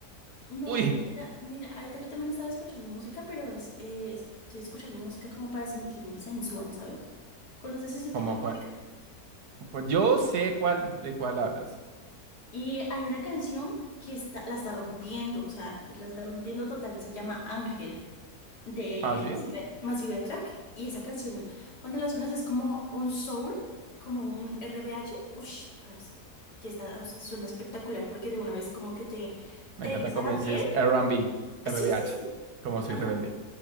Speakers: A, on the left; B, on the right.
A: No,
B: uy.
A: pues ahorita, mira, ahorita yo también estaba escuchando música, pero es, es- estoy escuchando música como para sentirme sensual, ¿sabes? ¿Conoces ese
B: Como
A: tipo de
B: cuál.
A: música?
B: pues Yo sé cuál de cuál hablas.
A: Y hay una canción que está, la está rompiendo, o sea, la está rompiendo total, se llama Ángel. de
B: Ah, sí.
A: Massive, Massive Attack. Y esa canción, cuando las suenas es como un soul, como un RBH. Ush, parce, que está, suena espectacular porque de una vez como que te,
B: Me
A: te
B: encanta
A: eriza
B: cómo
A: la
B: dices
A: piel.
B: R&B,
A: Sí, sí,
B: H.
A: sí.
B: como soy
A: Ajá,
B: rebelde.